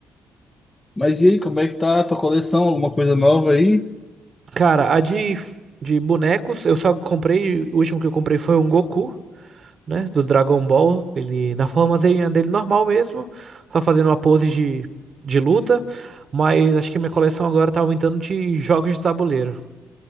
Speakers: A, on the left; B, on the right.
A: Mas e aí, como é que tá a tua coleção? Alguma coisa nova aí?
B: Cara, a de, de bonecos, eu só comprei. O último que eu comprei foi um Goku. né? Do Dragon Ball. Ele na formazinha dele normal mesmo. Só fazendo uma pose de, de luta. Mas acho que minha coleção agora tá aumentando de jogos de tabuleiro.